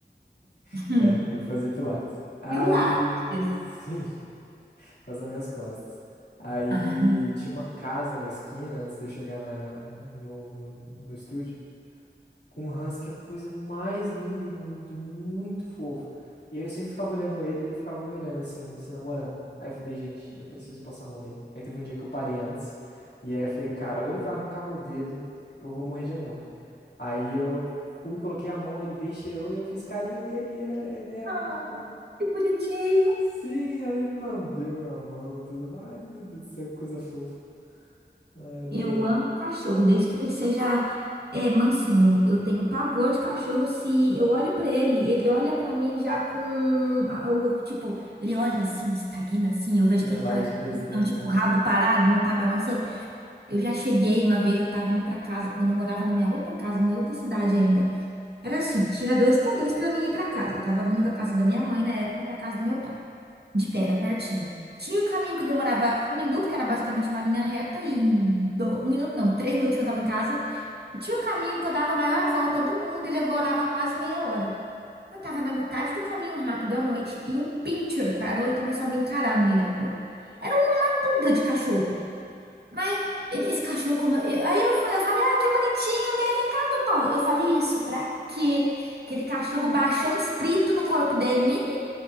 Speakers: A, on the left; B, on the right.
A: <laughs>
B: <laughs>
A: é, eu fazia pilates. Aí,
B: Pilates.
A: sim, <laughs> por causa das minhas costas. Aí
B: Ah,
A: tinha uma casa na esquina antes de eu chegar na, no, no, no estúdio, com um husky, a coisa mais linda do mundo, muito fofo. E aí eu sempre ficava olhando ele, e ele ficava me olhando assim, se namorando. Aí eu falei, gente, eu preciso passar a mão nele. Aí teve um dia que eu parei antes, e aí eu falei, cara, ou ele vai arrancar meu dedo, ou eu vou morrer de amor. Aí eu fui, coloquei a mão, aí ele veio, cheirou e eu fiz carinho nele e ele, era- ele era
B: Ah,
A: muito fofo.
B: que bonitinho.
A: Sim, aí ele lambeu minha mão, tudo. Ai, meu Deus do céu, que coisa fofa. Ai, eu adorei.
B: Eu amo cachorro, desde que ele seja é, mansinho. Eu tenho pavor de cachorro. Se eu olho pra ele, ele olha pra mim já com a- o tipo, ele olha assim, estagna assim. Eu vejo
A: É
B: que ele
A: lar
B: tá naquela
A: de desdém,
B: posição, tipo,
A: né?
B: rabo parado, não tá balançando. Eu já cheguei uma vez, eu tava indo pra casa, quando eu morava na minha outra casa, na minha outra cidade ainda. Era assim, tinha dois caminhos pra mim ir pra casa. Eu tava vindo da casa da minha mãe na época pra casa do meu pai. De pé, era pertinho. Tinha o caminho que demorava um minuto, que era basicamente uma linha reta, e em do- um minuto não, três minutinhos eu tava em casa. E tinha o caminho que eu dava a maior volta do mundo e demorava quase meia hora. Eu tava na metade do caminho rápido à noite e um pincher parou e começou a me encarar no meio da rua. Era uma pulga de cachorro. Mas ele- esse cachorro como. eu- Aí eu, fa- eu falei, ah, que bonitinho, né? Vem cá, Totó. Eu falei isso, pra quê? Aquele cachorro baixou um espírito no corpo dele, menino.